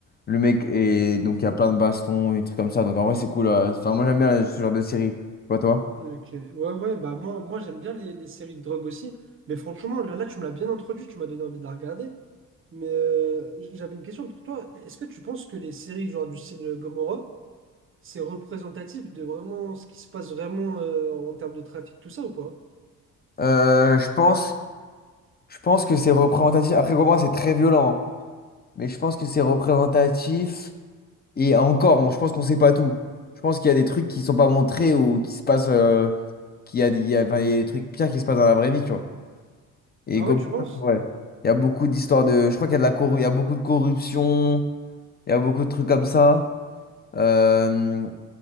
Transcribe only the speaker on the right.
Ok. Ouais, ouais, bah moi, moi j'aime bien les, les séries de drogue aussi. Mais franchement, là, là, tu me l'as bien introduit, tu m'as donné envie de la regarder. Mais euh, j'avais une question pour toi. Est-ce que tu penses que les séries genre du style Gomorrah, c'est représentatif de vraiment ce qui se passe vraiment euh, en termes de trafic, tout ça ou pas?
Ah
ouais, tu penses?